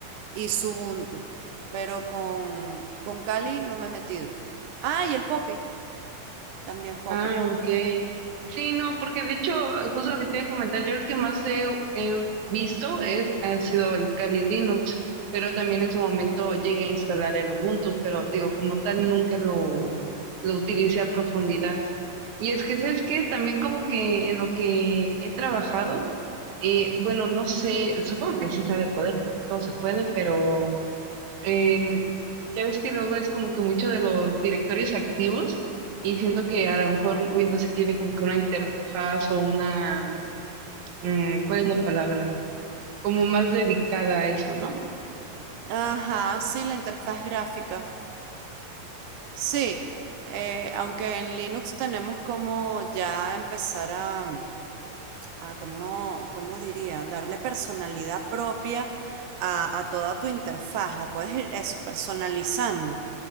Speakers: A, on the right (about 75°); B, on the right (about 65°).
A: y Ubuntu, pero con, con Kali no me he metido. Ah, y el Poppy, también Poppy.
B: Ah, ok. Sí, no, porque de hecho, justo lo que te iba a comentar, yo el que más he, he visto es, ha sido el Kali Linux, pero también en su momento llegué a instalar el Ubuntu, pero te digo, como tal, nunca lo, lo utilicé a profundidad. Y es que, ¿sabes qué? También como que en lo que he trabajado, eh, bueno, no sé, supongo que sí se ha de poder porque todo se puede, pero em, ya ves que luego es como que mucho de los directorios activos y siento que a lo mejor Windows sí tiene como que una interfaz o una, mm, ¿cuál es la palabra? Como más dedicada a eso, ¿no?
A: Ajá, sí, la interfaz gráfica. Sí, eh, aunque en Linux tenemos como ya empezar a, a ¿cómo, cómo diría? Darle personalidad propia a, a toda tu interfaz, la puedes ir eso, personalizando.